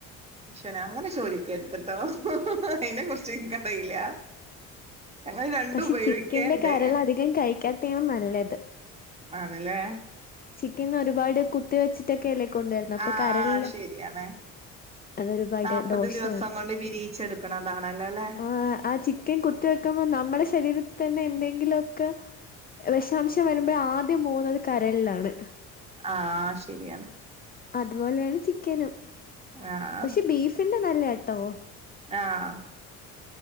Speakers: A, on the right; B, on the left.
A: പക്ഷന അങ്ങനെ ചോദിക്കരുത് ട്ടോ അയിനെ കുറിച്ച് ഇന്ക്ക്റിയില്ല ഞങ്ങൾ രണ്ടും
B: പക്ഷെ
A: ഉപയോഗിക്കണ്ട്
B: ചിക്കന്റെ കരൾ അധികം കഴിക്കാത്തെയാണ് നല്ലത്
A: ആണ് ലേ
B: ചിക്കൻ ഒരുപാട് കുത്തി വെച്ചിട്ടൊക്കെ അല്ലേ കൊണ്ടുവരുന്നേ അപ്പൊ
A: ആഹ്
B: കരളിന്
A: ശരിയാണ്
B: അതൊരുപാട്
A: നാല്പത്
B: ദോഷമാണ്
A: ദിവസം കൊണ്ട് വിരിയിച്ചെടുക്കണതാണല്ലോ അല്ലെ
B: ആ ആ ചി ക്കൻ കുത്തി വെക്കുമ്പോ നമ്മുടെ ശരീരത്തിൽ തന്നെ എന്തെങ്കിലുമൊക്കെ വിഷാംശം വരുമ്പോൾ ആദ്യം പോകുന്നത് കരളിലാണ്
A: ആഹ് ശരിയാണ്
B: അതുപോലെയാണ് ചിക്കനും
A: ആഹ്
B: പക്ഷെ ബീഫിന്റെ നല്ല കേട്ടോ
A: ആഹ്